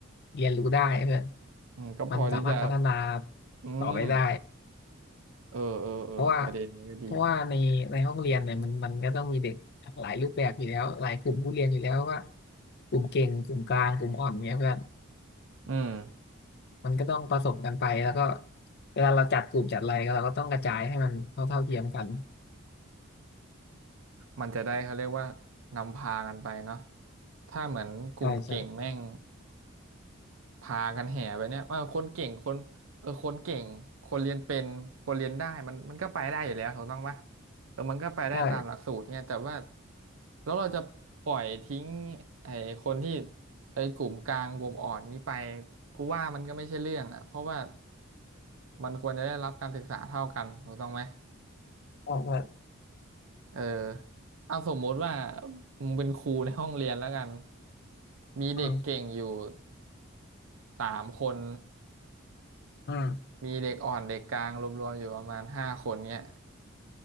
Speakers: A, on the left; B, on the right.
A: เรียนรู้ได้เพื่อน
B: อืมก็พอที่จะ
A: มันสามารถพัฒนา
B: อืม
A: ต่อไปได้
B: เออเออเออประเด็นนี้ก็ดี
A: เพราะว่าเพราะว่าในในห้องเรียนเนี่ยมันมันก็ต้องมีเด็กหลายรูปแบบอยู่แล้วหลายกลุ่มผู้เรียนอยู่แล้วว่ากลุ่มเก่งกลุ่มกลางกลุ่มอ่อนเนี่ยเพื่อน
B: อืม
A: มันก็ต้องผสมกันไปแล้วก็เวลาเราจัดกลุ่มจัดอะไรก็เราก็ต้องกระจายให้มันเท่าเท่าเทียมกัน
B: มันจะได้เขาเรียกว่านำพากันไปเนาะถ้าเหมือนกลุ่มเก่งแม่ง
A: ใช่ใช่
B: พากันแห่ไปเนี่ยว่าคนเก่งคนเออคนเก่งคนเรียนเป็นคนเรียนได้มันมันก็ไปได้อยู่แล้วถูกต้องปะเออมันก็ไปได้ตามหลักสูตรเนี่ยแต่ว่า
A: ใช่
B: แล้วเราจะปล่อยทิ้งไอ้คนที่ไอ้กลุ่มกลางกลุ่มอ่อนนี้ไปกูว่ามันก็ไม่ใช่เรื่องอ่ะเพราะว่ามันควรจะได้รับการศึกษาเท่ากันถูกต้องไหม
A: ใช่ใช่
B: เออเอาสมมติว่ามึงเป็นครูในห้องเรียนแล้วกันมีเด็กเก่งอยู่
A: อืม
B: สามคน
A: อืม
B: มีเด็กอ่อนเด็กกลางรวมๆอยู่ประมาณห้าคนเนี้ย